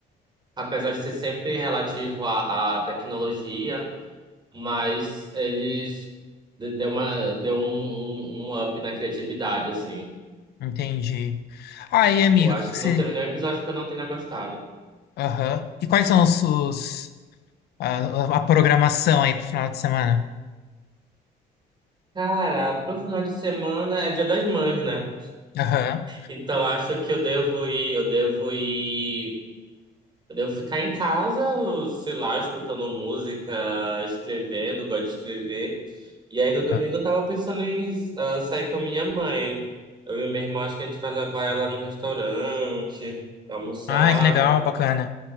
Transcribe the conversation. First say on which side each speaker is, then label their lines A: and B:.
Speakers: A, on the right; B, on the left.
A: Apesar de ser sempre relativo à, à tecnologia, mas eles de- deu uma, deu um, um, um up na criatividade, assim.
B: Entendi. Aí, amigo,
A: Eu acho
B: o que que
A: que
B: você
A: não teve nenhum episódio que eu não tenha gostado.
B: Aham. E quais são os, os- a, a programação aí pro final de semana?
A: Cara, pro final de semana é dia das mães, né?
B: Aham.
A: Então, acho que eu devo ir, eu devo ir, eu devo ficar em casa, sei lá, escutando música, escrevendo, gosto de escrever. E aí no domingo
B: Aham.
A: eu tava pensando em ah, sair com a minha mãe. Eu e minha irmã, acho que a gente vai levar ela no restaurante, almoçar,
B: Ai, que legal,
A: né?
B: bacana.